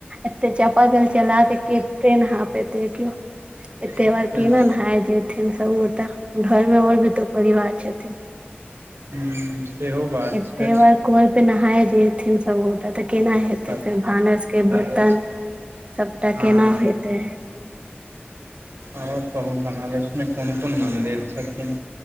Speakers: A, on the right (about 25°); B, on the right (about 85°).
A: एते चापाकल चला के केते नहा पेते कियो एतेबार
B: हँ तऽ
A: केना नहाय जेथिन सभगोटा घर मे और भी त परिवार छथिन।
B: हूँ। <unintelligible>
A: एते
B: छै
A: बार कल पे नहाय जेथिन सब गोटा तऽ केना हेतै।
B: अच्छा
A: फेर भानस के बर्तन
B: अच्छा
A: सबटा
B: हँ
A: केना हेतै।
B: और कहू बनारसमे कोन कोन मन्दिर छथिन।